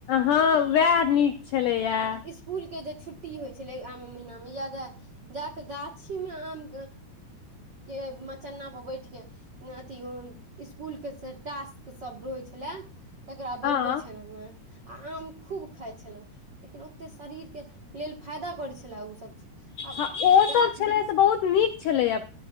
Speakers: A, on the left; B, on the right.
A: हँ उएह नीक छलैए
B: इसकुलके जे छुट्टी होइ छलै आम महिनामे यादऽ जा कऽ गाछी में आम के मचन्नापर बैठके न अथी इसकुलके टास्कसभ रहै छलय तकरा बनबै
A: हँ
B: छलहुँ हँ आ आम खूब खाइ छलहुँ लेकिन ओतेक शरीरके लेल फायदा करै छलै ओसभ चीज आ
A: हँ ओसभ
B: गाछ
A: छलैए
B: वृक्ष
A: से बहुत नीक छलैए